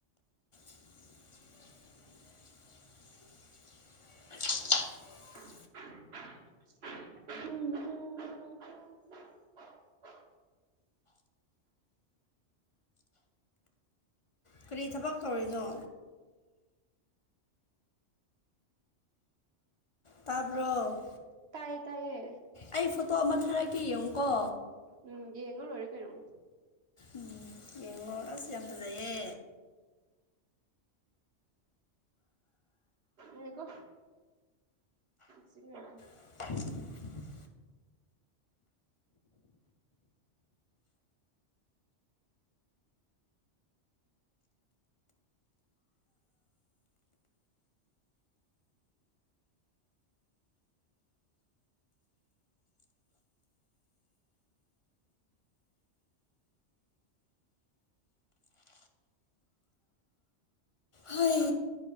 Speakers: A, on the left (about 35°); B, on the right (about 65°).
A: <inaudible>
B: ꯎꯝ
A: ꯀꯔꯤ ꯊꯕꯛ ꯇꯧꯔꯤꯅꯣ ꯇꯥꯕ꯭ꯔꯣ
B: ꯇꯥꯏꯌꯦ ꯇꯥꯏꯌꯦ
A: ꯑꯩ ꯐꯣꯇꯣ ꯑꯃ ꯊꯥꯔꯛꯀꯦ ꯌꯦꯡꯉꯨꯀꯣ
B: ꯎꯝ ꯌꯦꯡꯉ ꯂꯣꯏꯔꯦ ꯀꯩꯅꯣ
A: ꯎꯝ ꯌꯦꯡꯉꯣ ꯑꯁ ꯌꯥꯝ ꯐꯖꯩꯌꯦ
B: ꯍꯀꯣ ꯁꯤ ꯁꯤꯉꯇꯦ
A: <inaudible> ꯍꯣꯏ